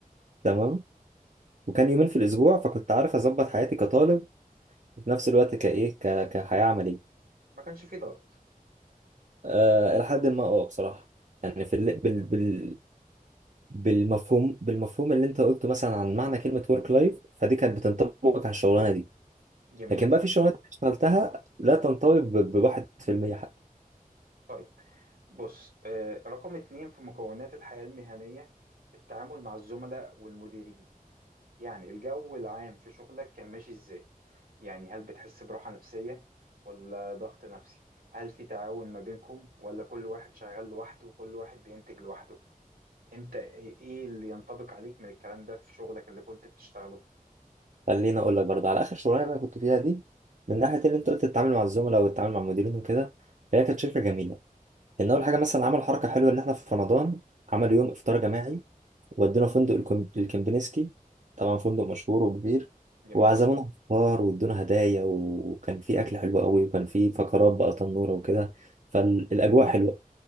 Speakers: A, on the right; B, on the right.
A: كمل
B: تمام وكان يومين في الاسبوع فكنت عارف اظبط حياتي كطالب وفي نفس الوقت كايه ك... كحياه عمليه
A: ما كانش فيه ضغط
B: أه لحد ما اه بصراحه يعني في ال... بال... بال... بالمفهوم بالمفهوم اللي انت قلته مثلا عن معنى كلمة ورك لايف فدي كانت بتنطبق على الشغلانة دي
A: جميل
B: لكن بقى في شغلانات انا اشتغلتها لا تنطبق ب- بواحد في المية حتى
A: طيب بص آه، رقم اتنين في مكونات الحياة المهنية التعامل مع الزملاء والمديرين يعني الجو العام في شغلك كان ماشي ازاي؟ يعني هل بتحس براحة نفسية ولا ضغط نفسي؟ هل في تعاون ما بينكم ولا كل واحد شغال لوحده وكل واحد بينتج لوحده؟ انت ايه إيه اللي ينطبق عليك من الكلام ده في شغلك اللي كنت بتشتغله؟
B: خليني اقول لك برضه على اخر شغلانة انا كنت فيها دي من ناحية اللي انت قلت تتعامل مع الزملاء والتعامل مع المديرين وكده فهي كانت شركة جميلة لان اول حاجة مثلا عملوا حركة حلوة ان احنا في رمضان عملوا يوم افطار جماعي ودونا فندق الكم- الكمبنسكي طبعا فندق مشهور وكبير
A: جميل
B: وعزمونا فطار وادونا هدايا وكان في اكل حلو قوي وكان في فقرات بقى تنوره وكده فالاجواء حلوه